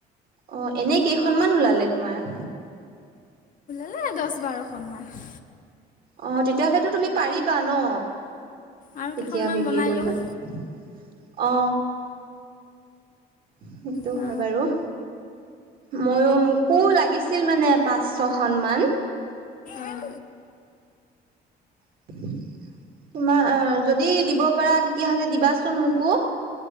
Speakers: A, on the right; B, on the left.
A: অ, এনে কেইখনমান ওলালে তোমাৰ?
B: এ দহ বাৰখনমান।
A: অ, তেতিয়াহ'লেতো তুমি পাৰিবা ন?
B: আৰু কেইখনমান
A: এতিয়া বিক্ৰী
B: বনাই
A: কৰিবলে,
B: লওঁ
A: অ সেইটো
B: অঁ
A: হয় বাৰু। মইয়ো, মোকো লাগিছিল মানে পাঁচ ছয়খনমান।
B: অঁ
A: <inaudible> তোমাৰ আ, যদি দিব পাৰা তেতিয়াহ'লে দিবাচোন মোকো।